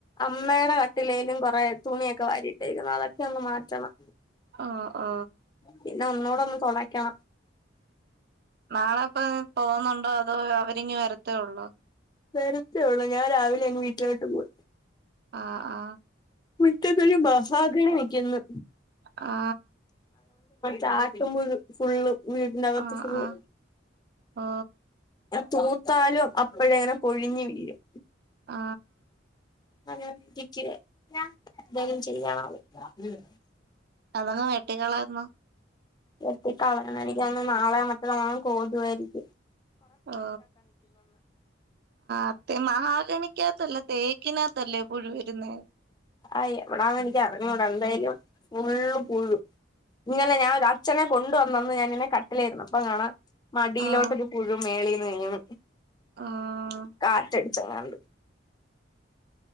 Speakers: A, on the left; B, on the right.
A: അമ്മേടെ ക ട്ടിലേലും കുറെ തുണിയൊക്കെ വാരിട്ടേക്കുന്നു അതൊക്കെ ഒന്ന് മാറ്റണം
B: ആ ആ
A: പിന്നെ ഒന്നൂടൊന്ന് തൊടക്കണം
B: നാളെ പൊ പ്പോവുന്നുണ്ടോ അതോ അവര് രിങ്ങി വരത്തേ ഉള്ളൂ
A: വെരത്തേള്ളൂ ഞാൻ രാവിലെ അങ്ങ് വീട്ടിലോട്ട് പോയി
B: ആ ആ
A: മുറ്റത്തൊരു മഹാഗണി നിക്കിന്ന്
B: ആ
A: ചാട്ടുമ്പുഴു ഫുള്ള് വീടിനകത്ത്
B: ആ
A: ഫുള്ള്
B: ആഹ ഓ
A: തൂത്താലും അപ്പഴെങ്ങനെ പൊഴിഞ്ഞ് വീരും
B: ആ
A: ഞാനൊറ്റക്ക് എന്തെലും ചെയ്യാം <inaudible>
B: അതങ്ങ് വെട്ടിക്കളയെന്ന
A: വെട്ടികളയണം എനിക്കാണെ നാളെയോ മറ്റന്നാളോ എങ്ങാനും കോതുവാരിക്കും
B: ആ അത് മഹാഗണിക്കാത്തല്ല തേക്കിനാ ത്തല്ലേ പുഴ വരുന്നേ
A: ആഹ് എവിടാന്ന് എനിക്ക് അറിഞ്ഞൂടാ എന്തായാലും ഫുള്ള് പുഴു ഇന്നലെ ഞാനൊരച്ഛനെ കൊണ്ടുവന്നു വന്ന് ഞാനിങ്ങനെ കാട്ടിലെയിരുന്നപ്പോ കാണാം മടിയിലോട്ടൊരു
B: ആഹ്
A: പുഴു മേളിന്ന് അ <unintelligible>
B: ആഹ്
A: കാറ്റടി ചങ്ങണ്ട്